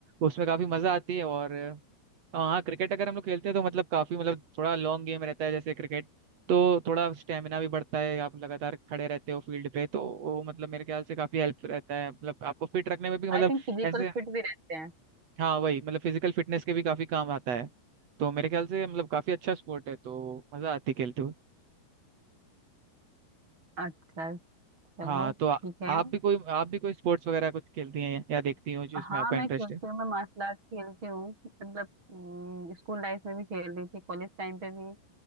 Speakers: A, on the right (about 45°); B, on the right (about 25°).
A: उसमें काफी मजा आती है और हाँ क्रिकेट अगर हम लोग खेलते हैं तो मतलब काफी मतलब थोड़ा लॉन्ग गेम रहता है जैसे क्रिकेट तो थोड़ा स्टेमिना भी बढ़ता है आप लगातार खड़े रहते हो फील्ड पे तो वो मतलब मेरे ख्याल से काफी हेल्प रहता है मतलब आपको फिट रखने में भी मतलब
B: आई थिंक फिजिकल
A: ऐसे
B: फिट भी रहते हैं
A: हाँ वही मतलब फिजिकल फिटनेस के भी काफी काम आता है तो मेरे ख्याल से मतलब काफी अच्छा स्पोर्ट है तो मजा आती है खेलते हुए
B: अच्छा चलो
A: हाँ तो आ,
B: ठीक है
A: आप भी कोई आप भी कोई स्पोर्ट्स वगैरह कुछ खेलती हैं या देखती हो जिसमें
B: हाँ
A: आपका
B: मैं
A: इंटरेस्ट
B: खेलती
A: है
B: हूँ मैं मार्शल आर्ट खेलती हूँ मतलब स्कूल लाइफ में भी खेल रही थी कॉलेज टाइम पे भी